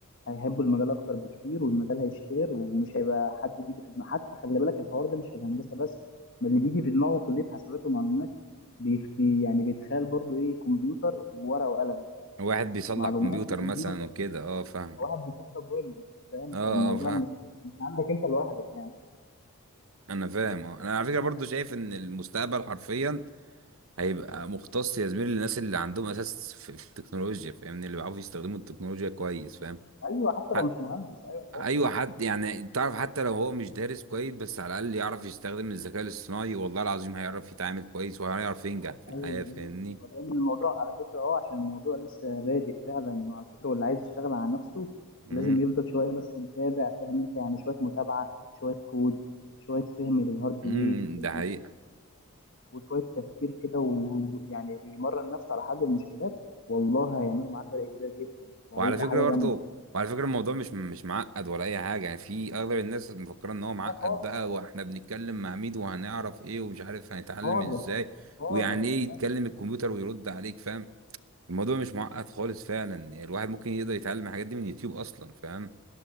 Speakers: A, on the left (about 55°); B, on the right (about 65°).
A: هيحبوا المجال أكتر بكتير والمجال هيشتهر ومش هيبقى حد بيجي في دماغه حتى خلي بالك الحوار ده مش في الهندسة بس ما اللي بيجي في دماغه كلية حاسبات ومعلومات بي بي- يعني بيتخيل برضو إيه كمبيوتر وورقة وقلم فاهم؟
B: واحد بيصلح
A: معلومات
B: كمبيوتر
A: وكمبيوتر
B: مثلا وكده اه فاهم
A: واحد بيشرب ويلدز فاهم
B: اه
A: فالموضوع
B: اه فاهم
A: مش مش عندك انت لوحدك يعني
B: انا فاهم اه انا على فكره برضو شايف ان المستقبل حرفيا هيبقى مختص يا زميلي للناس اللي عندهم اساس في في التكنولوجيا فاهمني اللي بيعرفوا يستخدموا التكنولوجيا كويس فاهم
A: ايوه حتى
B: حت...
A: لو مش مهندس ايوه
B: ايوه حد يعني تعرف حتى لو هو مش دارس كويس بس على الاقل يعرف يستخدم الذكاء الاصطناعي والله العظيم هيعرف يتعامل كويس وهيعرف ينجح في الحياه
A: ايوه
B: فاهمني
A: ايوه ايوه لان الموضوع على فكره اه عشان الموضوع لسه بادئ فعلا وعلى فكره واللي عايز يشتغل على نفسه لازم
B: امم
A: يفضل شويه بس متابع فاهم انت يعني شويه متابعه شويه كود شويه فهم للهاردوير
B: امم ده
A: الامبيدد
B: حقيقة
A: وشويه تفكير كده ويعني بيمرن نفسه على حل المشكلات والله هيعملوا معاه فرق كبير جدا وهيبقى
B: وعلى فكره
A: حاجه
B: برضه
A: جامده
B: وعلى فكره الموضوع مش مش معقد ولا اي حاجه يعني في اغلب الناس مفكره ان هو معقد
A: لا خالص
B: بقى واحنا بنتكلم مع مين وهنعرف ايه ومش عارف هنتعلم
A: خالص
B: ازاي
A: خالص
B: ويعني ايه يتكلم
A: لا لا
B: الكمبيوتر ويرد عليك فاهم الموضوع مش معقد خالص فعلا يعني الواحد ممكن يقدر يتعلم الحاجات دي من يوتيوب اصلا فاهم